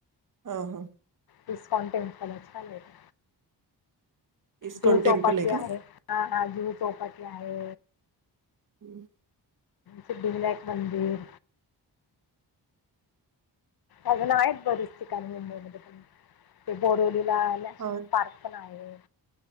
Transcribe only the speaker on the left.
डस्काॉउटेंटसलच
जुू
चौपट्टी
आहे हा हा जुह चौपाटी आहे
सिधी विलायक मंदिर अजून आहेत बरीच ठिकाण मुंबई म पण ते बोडोलीला आ नॅशनल
पार्क बनाय